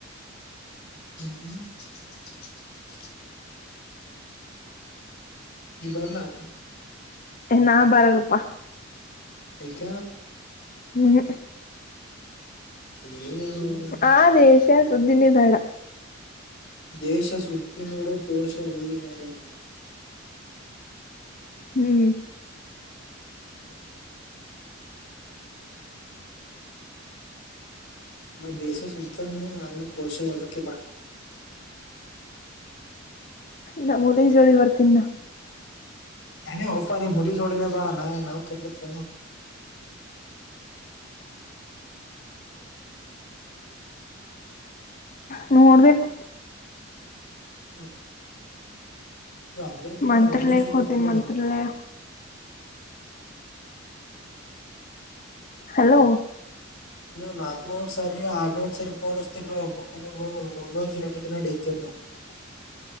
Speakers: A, on the left; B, on the left.
A: ಹ್ಮ್ ಈ ಬಾರನಾ
B: ನಾ ಬರಲ್ಲಪ್ಪಾ
A: ಈಕ
B: ಹ್ಮ್್ಮ
A: ಇನ್ನ
B: ಆ ದೇಶ ಸುದ್ದಿನೇ ಬೇಡ
A: ದೇಶ ಸುತ್ತಿ ನೋಡು ಕೋಶ ಇಳಿದ ನೋಡು
B: ಹ್ಮ್
A: ಹ್ಮ್ ಮ ದಸೆ ಸುಚ್ತ ನೀ ಹಾಗೆ ಕರ್ಸೆ ಬ
B: ನಾ ಮುಲ ಜೋಳಿ ಬರ್ತೀನ್ ನ
A: ನ ಹಪಾ ನೀ ಮುಲಿ ಸೋಡಿ ಬ ನಾವು ಕೆಲಿ ಸ
B: ನೀ ನೋಡ್ಬೇಕು
A: ಹ್ಮ್ ನೀ ಅಂದರು ಕ
B: ಮಂತ್ರಾಲಯಕ್ಕೆ
A: ನೀವು ರೋನು ಸಟ್ಟ
B: ಹೋತೀನಿ
A: ನೋಡ
B: ಮಂತ್ರಾಲಯ ಹಲೋ
A: ನೀ ನಾ ಹ ಸರಿ ಆರ್ ಸರಿಫೋನ್ ಅಸ್ತರ ಒರ ದಿನ ಡಿಂತರ ನವು